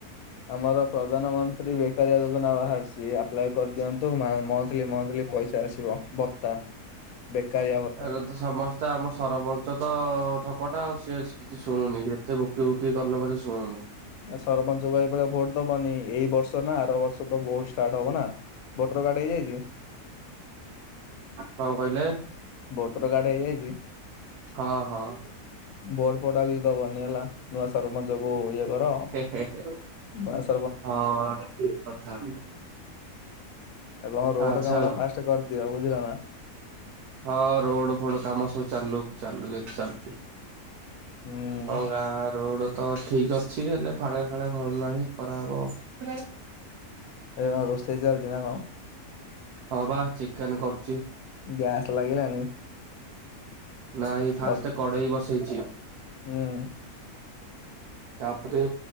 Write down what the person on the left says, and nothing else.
ଆମର ପ୍ରଧାନମନ୍ତ୍ରୀ ବେକାରିଆ ଯୋଜନା ବାହାରିଛି। ଆପ୍ଲାଇ କରିଦିଅନ୍ତୁ ମା ମନ୍ଥଲୀ ମନ୍ଥଲୀ ପଇସା ଆସିବ ଭତ୍ତା। ବେକାରିଆ ଭତ୍ତା
ଆ ସରପଞ୍ଚଙ୍କୁ ଏଭଳିଆ ଭୋଟ ଦବନି ଏଇ ବର୍ଷ ନା ଆର ବର୍ଷ ତ ଭୋଟ ଷ୍ଟାର୍ଟ ହବ ନା। ଭୋଟର କାର୍ଡ ହେଇଯାଇଛି
ଭୋଟର କାର୍ଡ ହେଇଯାଇଛି?
ଭୋଟ ଫୋଟ ଆଉ କିଛି ଦବନି ହେଲା। ନୂଆ ସରପଞ୍ଚ କୁ ଇଏ କର।
ବାସ।
ଆଉ କଣ ରୋଡ
କାମ ଟା ଫାଷ୍ଟ କରିଦିଅ ବୁଝିଲ। ନା
ହୁଁ।
ଏବେ କଣ ରୋଷେଇ ଚାଲଛି ନା କଣ?
ଗ୍ୟାସ ଲାଗିଲାଣି?
ଅ
ହୁଁ